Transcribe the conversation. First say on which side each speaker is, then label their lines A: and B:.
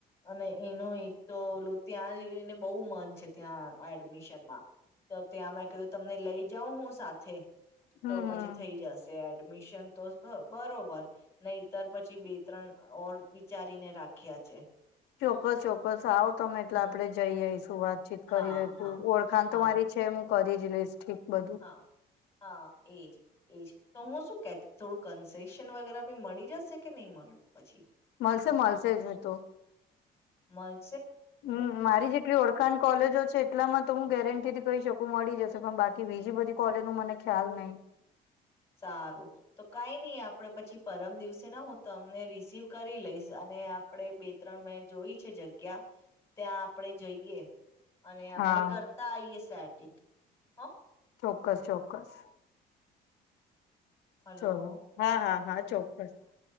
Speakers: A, on the left (about 15°); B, on the left (about 85°).
A: અને એનું એક તો ત્યાં જને બહુ મન છે, ત્યાં એડમિશનમાં તો ત્યાં મેં કધું તમને લઈ જાઉ હું સાથે
B: હમ
A: તો પછી
B: હમ
A: થઈ જશે. એડમિશન તો બરોબર. નહીતર પછી બે ત્રણ ઓર વિચારીને રાખ્યા છે.
B: ચોક્કસ ચોક્કસ આવો તમે એટલે
A: હમ
B: આપડે જઈ આઈશ. તું વાતચીત
A: હા
B: કરી ર
A: હા
B: છું ઓળખાણ
A: હા
B: તો મારી છે કરી જ બધું.
A: હા હા એજ એજ તો હું શું થોડું કન્સેેશન વગેરા મળી જશે કે નહી મળે પછી.
B: મલસે મલસે છે તો.
A: માલ.
B: હમ મારી જેટલી ઓળખાણ કોલેજો છે. એટલામાં તો હું ગેરંટી થી કહી શકું મળી જશે પણ બાકી બીજી બધી કોલેજ નું મને ખ્યાલ નહી.
A: સારું તો કઈ નઈ આપડે પછી પરમ દિવસે ને હું તમને રિસીવ કરી લઈશ અને આપણે બે ત્રણ મે જોઈ છે જગ્યા ત્યાં આપડે જઈએ. અને આપડે
B: હા
A: કરતા આઈયએ સેટ. હા.
B: ચોક્કસ ચોક્કસ.
A: હલો
B: ચોલો હા હા હા ચોક્કસ.